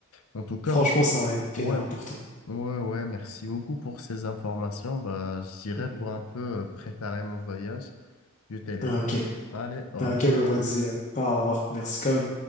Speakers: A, on the left; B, on the left.
A: En tout cas,
B: Franchement,
A: m-
B: ça va être peinard
A: ouais,
B: pour toi.
A: ouais, ouais, merci beaucoup pour ces informations. Bah, j'irai
B: Mhm.
A: pour un peu euh, préparer mon voyage. Je te laisse.
B: Ah, Ok.
A: Allez, au
B: Ah,
A: revoir.
B: Ok, ben vas-y. hein. Au revoir. Merci quand même.